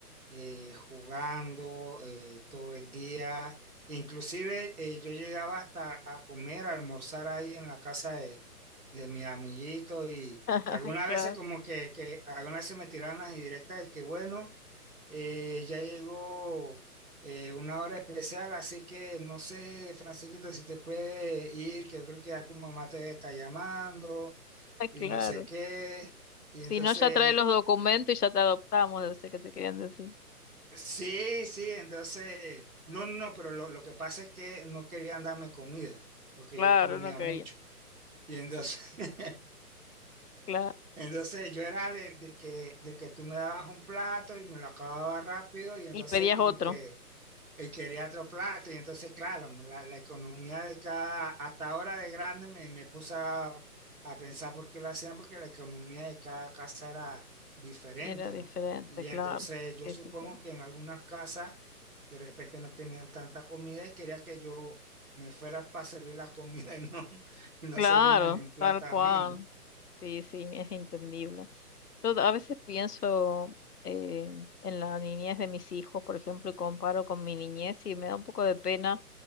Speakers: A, on the right; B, on the left.
A: eh, jugando eh, todo el día. Inclusive eh, yo llegaba hasta a comer, a almorzar ahí en la casa de, de mi amiguito y
B: <laughs>
A: algunas
B: Claro,
A: veces como que, que algunas veces me tiraban las indirectas de que bueno. Eh, ya llegó eh, una hora especial, así que no sé, Francisquito, si te puede ir, que yo creo que ya tu mamá te está llamando
B: ah, claro.
A: y no sé qué. Y
B: Si
A: entonces,
B: no, ya trae los documentos y ya te adoptamos, debe ser que te querían decir.
A: sí, sí, entonces, no, no, pero lo, lo que pasa es que no querían darme comida, porque
B: Claro,
A: yo comía
B: no quería.
A: mucho. Y entonces, <laughs>
B: Claro.
A: entonces yo era del, del que, del que tú me dabas un plato y me lo acababa rápido y entonces
B: Y pedías
A: como
B: otro.
A: que y quería otro plato, y entonces, claro, ¿no? la, la economía de cada, hasta ahora de grande me, me puse a, a pensar por qué lo hacían, porque la economía de cada casa era diferente,
B: Era diferente,
A: ¿no? Y
B: claro.
A: entonces yo
B: Sí,
A: supongo
B: sí, sí.
A: que en algunas casas de repente no tenían tanta comida y quería que yo me fuera para servir la comida y no, <laughs> y no
B: Claro,
A: servirme ni un plato
B: tal cual.
A: a mí, ¿no?
B: Sí, sí, es entendible. Yo a veces pienso eh, en la niñez de mis hijos, por ejemplo, y comparo con mi niñez y me da un poco de pena